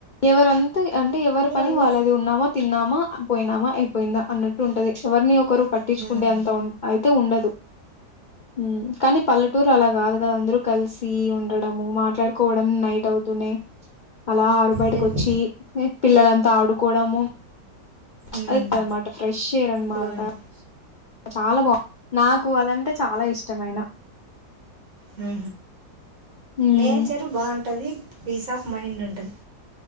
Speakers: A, on the left (about 80°); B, on the right (about 55°).
A: ఎవరంతది అంటే ఎవర్ పని
B: అంతా
A: వాళ్ళదు ఉన్నామా తిన్నామ్ మా ఆ పోయినామా ఐపేయిందా అన్నట్టు ఉంటది ఎవర్ని ఒకరు పట్టించుకుండేంత్
B: "ఉమ్,
A: ఉన్ ఐ తూ ఉండదు ఉమ్ కానీ పల్లెటూరు అలా గాదు గా అంద్రు కల్సి ఉండడము మాట్లాడుకోడం నైట్ ఔతూనే అలా ఇంటికొచ్చి
B: నిన్-
A: హ్ పిల్లలంతా ఆడుకోడము ప్చ్
B: ఉమ్,
A: ఐదైమాట ఫ్రెష్ ఎయిర్ అన్ మాట
B: బాగుంటుంది
A: చాలా బా నాకు అదంటే చాలా ఇష్టమైన
B: హ
A: ఉమ్,
B: నేచర్ బాఉంటది పీస్ ఆఫ్ మైండ్ ఉంటుంద్